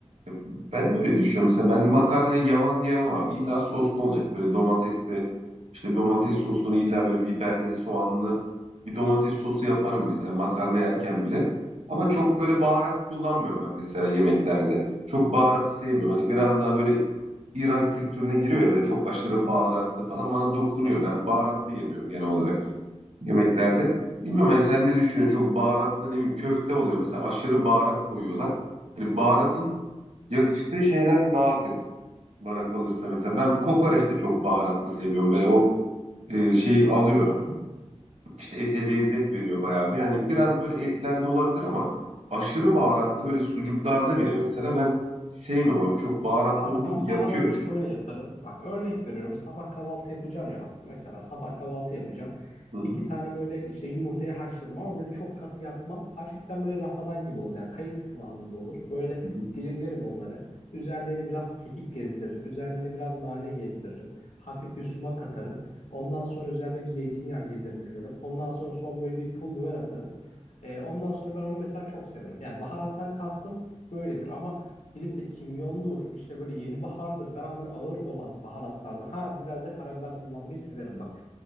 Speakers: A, on the right; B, on the left.
A: Ya Ben de öyle düşünüyorum. Mesela ben makarnayı yavan diyemem abi. İlla soslu olacak. Böyle domatesli, işte domates sosunu illa böyle biberli, soğanlı bir domates sosu yaparım mesela makarna yerken bile. Ama çok böyle baharat kullanmıyorum ben mesela yemeklerde. Çok baharatı sevmiyorum. Hani biraz daha böyle İran kültürüne giriyor ya böyle çok aşırı baharatlı falan bana dokunuyor. Ben baharatlı yemiyorum genel olarak yemeklerde. Bilmiyorum hani sen ne düşünüyorsun? Çok baharatlı ne bileyim köfte oluyor. Mesela aşırı baharat koyuyorlar. Hani baharatın Yakıştığı şeyler nadir bana kalırsa. Mesela ben kokoreç de çok baharatlı seviyorum. Böyle o e, şeyi alıyor.
B: Hı hı.
A: İşte ete lezzet veriyor bayağı bir. Yani biraz böyle etlerde olabilir ama aşırı baharatlı böyle sucuklarda bile mesela ben sevmiyorum abi. Çok baharatlı
B: Abi
A: olduğu
B: ben
A: için
B: baharatı
A: yakıyor beni.
B: şöyle yaparım. Bak örnek veriyorum. Sabah kahvaltı yapacağım ya bak. Mesela sabah kahvaltı yapacağım.
A: Hı hı,
B: İki tane böyle işte yumurtayı haşladım ama böyle çok katı yapmam. Hafiften böyle rafadan gibi olur. Yani kayısı kıvamında olur. Böyle
A: hı
B: dilimlerim onları. Üzerlerine biraz kekik gezdiririm. Üzerlerine biraz nane gezdiririm. Hafif bir sumak atarım. Ondan sonra üzerine bir zeytinyağı gezerim şöyle. Ondan sonra son böyle bir pul biber atarım. Ee, ondan sonra ben onu mesela çok severim. Yani baharattan kastım böyledir ama gidip de kimyondur, işte böyle yeni bahardır falan böyle ağır olan baharatlarda. Ha biraz da karabiber kullanmayı severim bak.